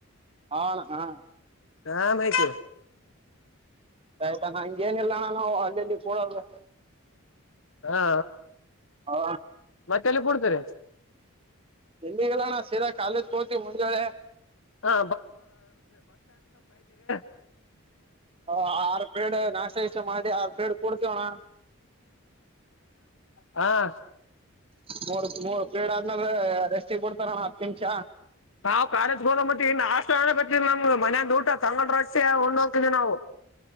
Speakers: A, on the right; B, on the left.
A: ಹಾ ಅಣ್ಣಾ ಹ.
B: ಹಾ <unintelligible>
A: ಆಯ್ತ್ ಅಣ್ಣಾ ಹಂಗೇನ್ ಇಲ್ಲಾ ಅಣ್ಣಾ <unintelligible>
B: ಹಾ
A: ಹಾ
B: ಮತ್ತೆ ಎಲ್ಲಿ ಕೂಡ್ತಿರಿ.
A: ಎಲ್ಲಿಗ್ ಇಲ್ಲಾ ಅಣ್ಣ ಸೀದಾ ಕಾಲೇಜ್ ಹೋಗ್ತೀವಿ ಮುಂಜಾಳೆ.
B: ಹಾ <unintelligible>
A: ಹ ಆರ್ ಪ್ರೀಡ್ ನಾಷ್ಟಾ ಇಷ್ಟ ಮಾಡಿ ಆರ್ ಪ್ರೀಡ್ ಕೊಡ್ತೀವಿ ಅಣ್ಣಾ.
B: ಹಾ
A: ಮೂರ್ ಮೂರ್ ಪ್ರೀಡ್ ಆದ್ಮೇಲೆ ರೆಸ್ಟಿಗೆ ಬಡ್ತಾರ ಅಣ್ಣಾ ಹತ್ತು ನಿಮಿಷ.
B: ನಾವ್ ಕಾಲೇಜಗೆ <unintelligible> ಮನ್ಯಾಂದ್ ಊಟ ತಂಗಳ್ ರೊಟ್ಟಿ ಉಂಡ್ ಹೋಗ್ತೀದು ನಾವು.